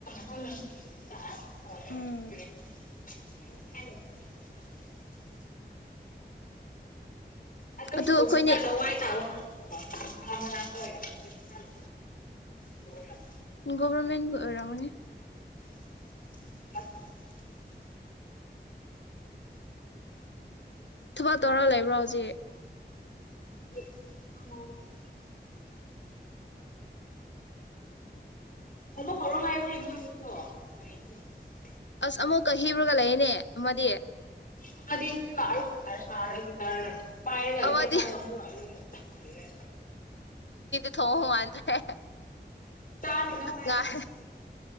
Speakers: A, on the left; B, on the left.
A: ꯊꯝꯅ ꯁꯤꯑ
B: ꯎꯝ
A: <unintelligible> ꯑꯗ
B: ꯑꯗꯨ
A: ꯁ꯭ꯀꯜꯁꯨ
B: ꯑꯩꯈꯣꯏꯅꯦ
A: ꯈꯔ ꯂꯧꯋꯥꯏ ꯇꯥꯕ ꯃꯥꯂꯤꯀꯣ ꯑ ꯂꯥꯛꯇ ꯍꯔ ꯍ <unintelligible>
B: ꯒꯣꯚꯔꯃꯦꯟꯒꯤ ꯑꯣꯏꯔꯝꯒꯅꯤ
A: <unintelligible>
B: ꯊꯕꯛ ꯇꯧꯔ ꯂꯩꯕ꯭ꯔꯣ ꯍꯧꯖꯤꯛ
A: <inaudible> ꯍꯂꯣ ꯍꯔ ꯍꯥꯏꯔꯤ ꯃꯣꯏ ꯀꯁ ꯄꯣ <unintelligible>
B: ꯑꯁ ꯑꯃꯨꯛ ꯀꯕ꯭ꯔꯒ <unintelligible> ꯂꯩꯌꯦꯅꯦ ꯑꯃꯗꯤ
A: ꯑꯃꯗꯤ <unintelligible> ꯇꯔ ꯁꯥꯔꯒꯤꯇꯥꯔ ꯄꯥꯏꯔꯒ
B: ꯑꯃꯗꯤ
A: ꯏꯁꯩ ꯁꯥꯔꯒ ꯑꯃꯨꯛ ꯔꯛꯑꯒꯦ ꯂꯩꯔꯦ
B: ꯊꯣꯡꯉ ꯃꯥꯟꯗ꯭ꯔꯦ
A: ꯆꯥꯔꯨꯅꯨ ꯍꯥꯏꯔꯣ
B: ꯉꯥꯏ
A: ꯉꯁꯤꯒꯤ